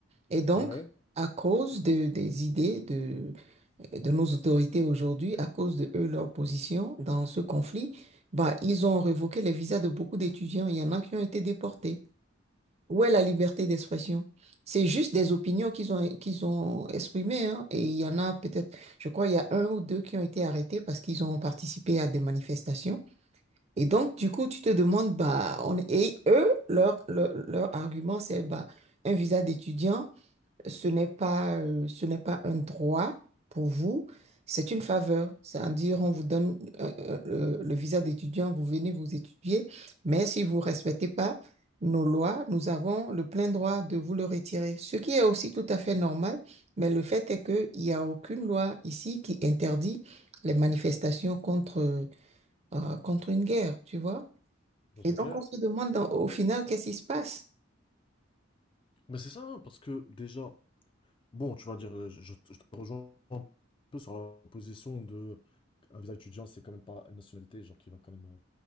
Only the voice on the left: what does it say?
Ouais,
bon, c'est
clair.
Mais c'est ça, hein, parce que déjà, bon, tu vas dire, euh, je, je te je te rejoins un peu sur la position de un visa étudiant, c'est quand même pas une nationalité, genre qui va quand même euh,